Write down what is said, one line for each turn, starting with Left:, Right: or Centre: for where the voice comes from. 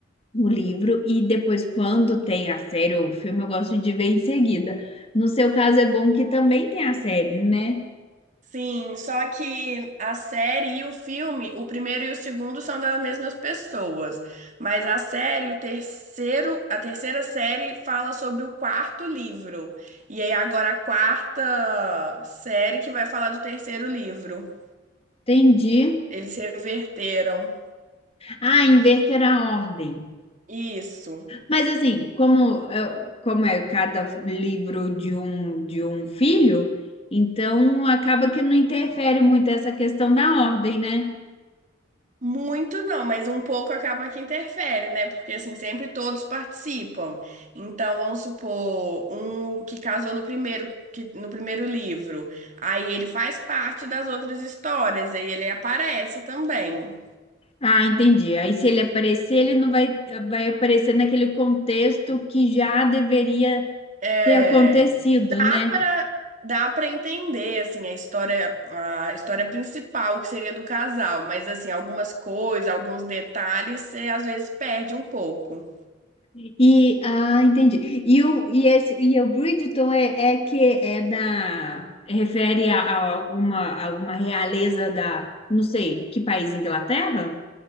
Left: o livro e depois, quando tem a série ou o filme, eu gosto de ver em seguida. No seu caso, é bom que também tem a série, né?
Right: Sim, só que a série e o filme, o primeiro e o segundo são das mesmas pessoas, mas a série, o terceiro, a terceira série fala sobre o quarto livro. E aí agora a quarta série que vai falar do terceiro livro.
Left: Entendi.
Right: Eles reverteram.
Left: Ah, inverter a ordem.
Right: Isso.
Left: Mas assim, como, é- como é cada livro de um, de um filho, então acaba que não interfere muito essa questão da ordem, né?
Right: Muito não, mas um pouco acaba que interfere, né? Porque assim, sempre todos participam. Então, vamos supor, um que casou no primeiro, que, no primeiro livro. Aí ele faz parte das outras histórias, aí ele aparece também.
Left: Ah, entendi. Aí se ele aparecer, ele não vai, vai aparecer naquele contexto que já deveria
Right: É,
Left: ter acontecido,
Right: dá
Left: né?
Right: pra, dá para entender assim a história, a história principal que seria do casal, mas assim, algumas coisas, alguns detalhes, você às vezes perde um pouco.
Left: E ah, entendi. E o e esse e o Bridgerton é, é que é da refere a, a alguma alguma realeza da, não sei, que país, Inglaterra?